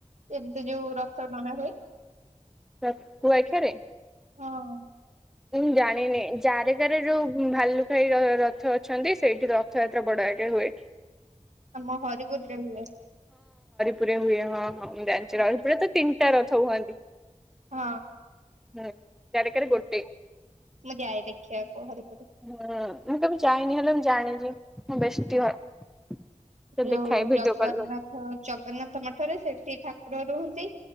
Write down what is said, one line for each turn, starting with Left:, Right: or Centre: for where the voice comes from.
Right: ଏମିତି ଯୋଉ ରଥ ଟଣା ହୁଏ।
Centre: ର କୁଆଖିଆ ରେ।
Right: ହଁ
Centre: ମୁଁ ଜାଣିନି ଯାରେ କାରେ ଯୋ ଭାଲୁ। ରଥ ଅଛନ୍ତି ସେଇଠି ରଥଯାତ୍ରା ବଡ ଆଗେ ହୁଏ।
Right: ଆମ ହରିପୁରରେ ହୁଏ।
Centre: ପୁର ହୁଏ ହଁ ହଁ ମୁଁ ଜାଣିଚି ପୁରା ତ ତିନିଟା ରଥ ହୁଅନ୍ତି।
Right: ହ।
Centre: ହୁଁ ଚରକାରରେ ଗୋଟେ।
Right: ମୁଁ ଯାଏ ଦେଖିବାକୁ ହରିପୁର।
Centre: ହଁ ମୁଁ କେବେ ଯାଇନି ହେଲେ ମୁଁ ଜାଣିଛି ମୁଁ ବ୍ୟସ୍ତ। <inaudible> ସେ
Right: ଯୋଉ
Centre: ଦେଖାଏ ଭିଡିଓ।
Right: ଜଗନ୍ନାଥ
Centre: କଲ୍ କରି
Right: ଜଗନ୍ନାଥ ମଠରେ ସେଠି ଠାକୁର ରହୁଛି